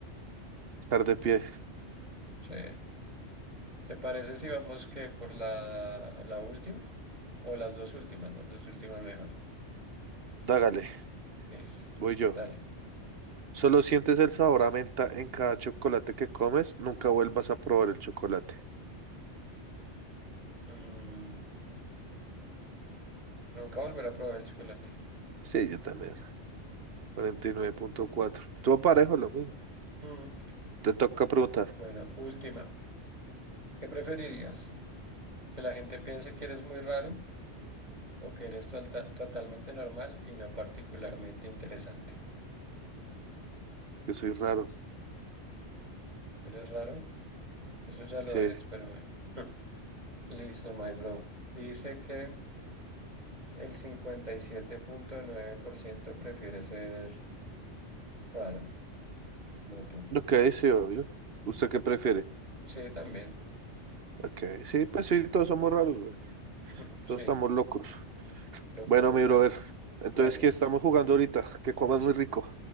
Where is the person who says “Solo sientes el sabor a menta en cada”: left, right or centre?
Right